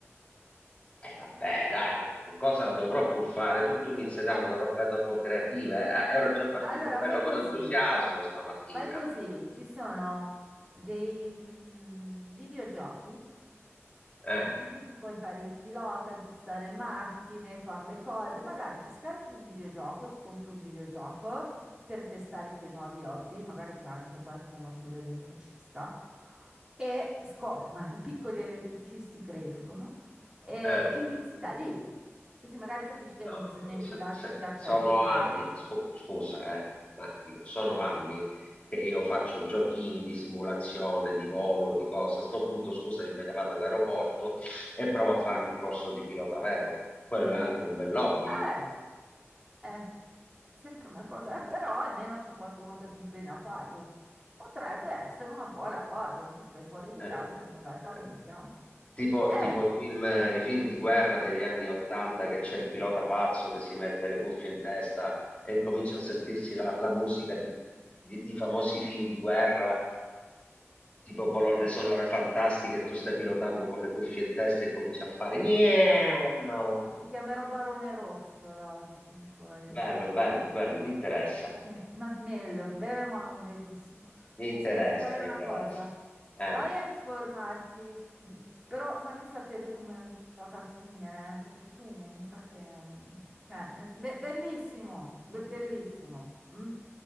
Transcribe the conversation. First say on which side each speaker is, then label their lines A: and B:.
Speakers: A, on the left (about 25°); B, on the right (about 15°).
A: Eh, vabbè, dai, qualcosa la dovrò pur fare. Tu, tu mi stai dando
B: Eh,
A: una roba troppo creativa. eh. Eh, ero già partito
B: allora
A: bello
B: fai
A: con
B: così,
A: entusiasmo stamattina.
B: fai così, ci sono dei mm, videogiochi
A: Eh,
B: in cui tu puoi fare il pilota, aggiustare macchine, fare le cose. Magari ti scarichi un videogioco, ti compri un videogioco per testare i tuoi nuovi hobby, magari c'è anche qualcuno sull'elettricista e scopri, <laughs> ma i piccoli elettricisti crescono e
A: eh,
B: inizi da lì. Così magari capisci che
A: no,
B: non bisogna
A: no,
B: infilarci
A: se- se-
B: i cacciaviti
A: sono anni,
B: nelle prese.
A: scu- scusa, eh, ma dico, sono anni che io faccio giochini di simulazione, di volo, di cosa. A sto punto, scusa, me ne vado all'aeroporto e provo a farmi il corso di pilota vero. Quello è anche un bel hobby.
B: Eh! È sempre una cosa, eh, però almeno c'è qualcuno che ti insegna a farlo. Potrebbe essere una buona cosa, in più stai fuori di
A: eh.
B: casa
A: eh,
B: e Genoveffa non mi chiama.
A: Tipo,
B: Eh,
A: tipo i film, i film di guerra degli anni Ottanta che c'è il pilota pazzo che si mette le cuffie in testa e incomincia a sentirsi la, la musica di, di- di famosi film di guerra, tipo
B: eh sì,
A: colonne sonore fantastiche, e tu stai pilotando con le cuffie in testa e cominci a fare. "Miau".
B: ti chiamerò Barone Rosso da oggi in poi.
A: Bello, bello, bello, mi interessa,
B: Sì, ma meglio, bene ma non benissimo.
A: mi interessa,
B: Senti, fai
A: mi
B: una
A: interessa.
B: cosa,
A: Eh,
B: vai a informarti, mh, però fammi sapere come è andata a finire, eh, perché qui mi sa che... mh, Cioè, ne- be- bellissimo, be- bellissimo. mm?